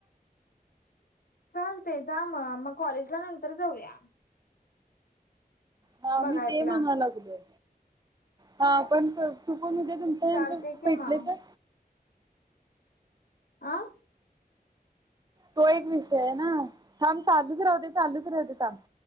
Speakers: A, on the left; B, on the right.
A: चालतय जा म, मग कॉलेजला नंतर जाऊया.
B: हा,
A: बघायला
B: मी ते म्हणा लागलोय, हा पण चुकून तुमच आणि
A: चालते
B: आमच पप्पा
A: कि
B: भेटलं
A: मग
B: तर
A: आं
B: तो एक विषय आहे ना, थांब चालूच राहुदे, चालूच राहुदे थांब.